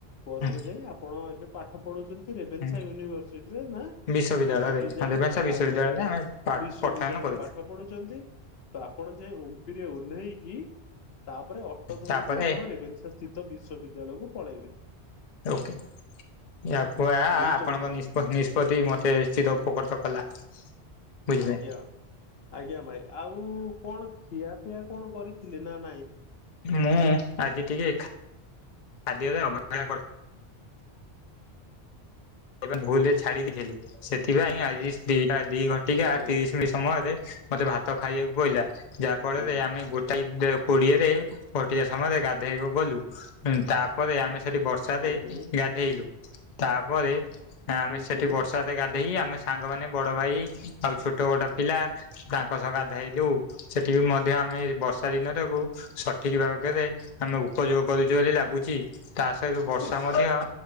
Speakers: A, on the left; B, on the left.
A: ବସ୍
B: ହୁଁ
A: ରେ ଯାଇ ଆପଣ ଏବେ ପାଠ ପଢୁ଼ଛନ୍ତି ରେଭେନ୍ସା
B: ହୁଁ
A: ୟୁନିଭରସିଟିରେ ନା?
B: ବିଶ୍ୱବିଦ୍ୟାଳୟରେ
A: ତ ସେଠି ଯାଇ
B: ହଁ ରେଭେନ୍ସା ବିଶ୍ୱବିଦ୍ୟାଳୟରେ
A: ଆଜ୍ଞା ରେ
B: ଆମେ
A: ବିଶ୍ଵବିଦ୍ୟାଳୟରେ
B: ପାଠୟନ କରୁଛୁ।
A: ପାଠ ପଢୁଚନ୍ତି। ତ ଆପଣ ଯେ ଓପି ରେ ଓହ୍ଲେଇକି ତାପରେ ଅଟୋ ଧରିକି
B: ତାପରେ
A: ଆପଣ ରେଭେନ୍ସା ସ୍ଥିତ ବିଶ୍ୱବି ବିଦ୍ୟାଳୟ କୁ ପଳେଇବେ।
B: ଓକେ ଆପୁଆ ଆପଣଙ୍କ
A: ବୁଝୁଛନ୍ତି।
B: ନି ନିଷ୍ପତ୍ତି ମତେ ଚିରଉପକୃତ କଲା। ବୁଝିଲେ
A: ଆଜ୍ଞା ଆଜ୍ଞା ଭାଇ ଆଉ କଣ ପିଆ ପିଆ କଣ କରିଥିଲେ ନା ନାଇଁ?
B: ମୁଁ ଆଜି ଟିକେ ଖାଦ୍ୟରେ ଅବହେଳା କରି ଏ ଭୁଲରେ ଛାଡି ଦେଇଥିଲି ସେଥିପାଇଁ ଆଜି ଦିଟା ଦି ଘଟିକି ଆ
A: ଆଜ୍ଞା
B: ତିରିଶ ମିଶ ସମୟରେ ମତେ ଭାତ ଖାଇବାକୁ ପଇଲା ଯାହା ଫଳରେ
A: ହୁଁ
B: ଆମେ ଗୋ ଟାଇମ୍ ରେ କୋଡିଏରେ ଘଟିଆ ସମୟରେ ଗାଧୋଇବାକୁ ଗଲୁ ତାପରେ ଆମେ ସେଠି ବର୍ଷ ର୍ଷାରେ
A: ହୁଁ ହୁଁ
B: ଗାଧେଇଲୁ ତାପରେ ଆମେ
A: ହୁଁ
B: ସେଠି ବର୍ଷ ଗାଧେଇ ଆମେ ସାଙ୍ଗମାନେ ବଡ ଭାଇ ଆଉ ଛୋଟ ବଟ ପିଲା ତାଙ୍କ ସହ ଗାଧେଇଲୁ। ସେଠି
A: ହୁଁ।
B: ମଧ୍ୟ ଆମେ ବର୍ଷ ଦିନଟାକୁ ସଠିକ୍ ଭାବରେ ଆମେ ଉପଯୋଗ କରୁଛୁ ବୋଲି ଲାଗୁଛି। ତା ସହିତ ବର୍ଷା ମଧ୍ୟ